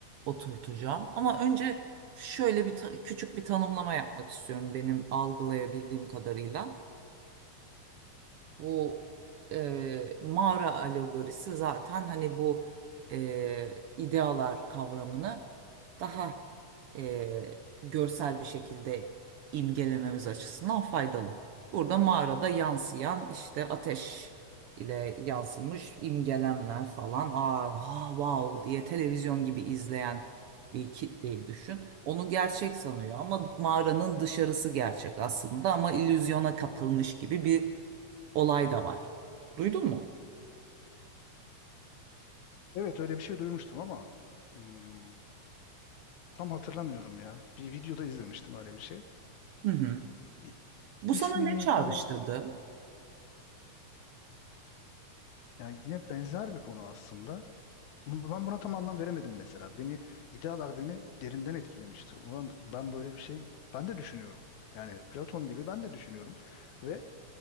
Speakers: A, on the right; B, on the left.
A: oturtacağım. Ama önce şöyle bir ta- küçük bir tanımlama yapmak istiyorum benim algılayabildiğim kadarıyla. Bu e, mağara alegorisi zaten hani bu e, idealar kavramını daha e, görsel bir şekilde imgelememiz açısından faydalı. Burada mağarada yansıyan işte ateş ile yansımış imgelemler falan. Aa, ha, wow diye televizyon gibi izleyen bir kitleyi düşün. Onu gerçek sanıyor ama mağaranın dışarısı gerçek aslında ama illüzyona kapılmış gibi bir olay da var. Duydun mu?
B: Evet öyle bir şey duymuştum ama hmm, Tam hatırlamıyorum ya. Bir videoda izlemiştim öyle bir şey.
A: Hı hı.
B: İ-
A: Bu
B: İsmini
A: sana ne çağrıştırdı?
B: tam olarak yani yine benzer bir konu aslında. Bu- Ben buna tam anlam veremedim mesela. Beni idealar beni derinden etkilemişti. Ulan ben böyle bir şey ben de düşünüyorum. Yani Platon gibi ben de düşünüyorum ve